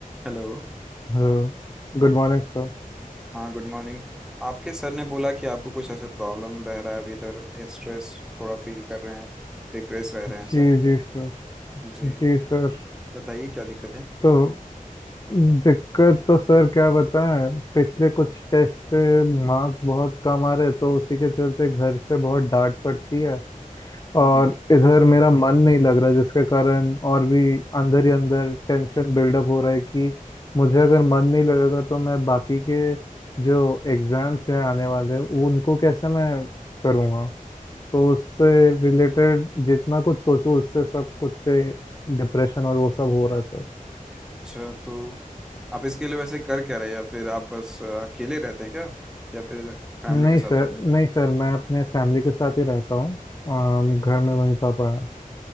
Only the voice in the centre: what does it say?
Hello
हाँ good morning आपके sir ने बोला कि आपको कुछ ऐसे प्रॉब्लम रह रहा है अभी इधर स्ट्रेस थोड़ा फील कर रहे हैं डिप्रेस रह रहे हैं
सर
जी
बताइए क्या दिक्कत है
हम्म
अच्छा तो आप इसके लिए वैसे कर क्या रहे हैं या फिर आप बस अ, अकेले रहते हैं क्या या फिर फैमिली
के साथ
रहते हैं